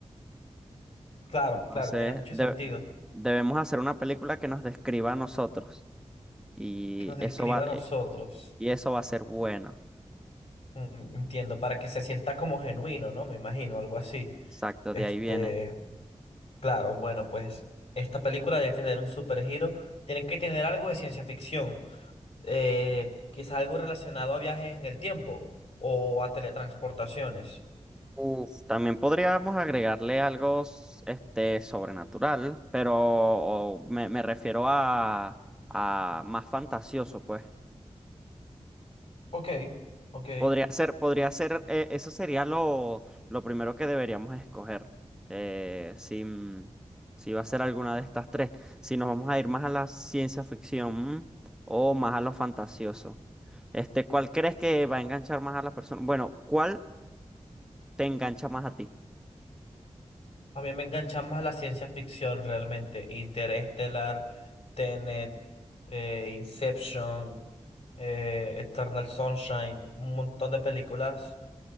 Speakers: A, on the left; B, in the centre.
A: claro,
B: Entonces,
A: claro, tiene mucho
B: de-
A: sentido
B: Debemos hacer una película que nos describa a nosotros y
A: que nos describa
B: eso va,
A: a nosotros.
B: eh, y eso va a ser bueno.
A: Mm, Entiendo, para que se sienta como genuino, ¿no? Me imagino, algo así.
B: Exacto,
A: Este,
B: de ahí viene.
A: claro, bueno, pues esta película debe tener un supergiro. Tienen que tener algo de ciencia ficción. Eh, quizás algo relacionado a viajes en el tiempo o a teletransportaciones.
B: Uf, También podríamos agregarle algo s- este, sobrenatural, pero o me, me refiero a, a más fantasioso, pues.
A: Ok, ok.
B: Podría ser, podría ser, eh, eso sería lo, lo primero que deberíamos escoger. eh, si, mm, si va a ser alguna de estas tres. Si nos vamos a ir más a la ciencia ficción mm, o más a lo fantasioso. Este, ¿cuál crees que va a enganchar más a las personas? Bueno, ¿cuál te engancha más a ti?
A: A mí me engancha más la ciencia ficción realmente. Interestelar, Tenet, eh, Inception, eh, Eternal Sunshine, un montón de películas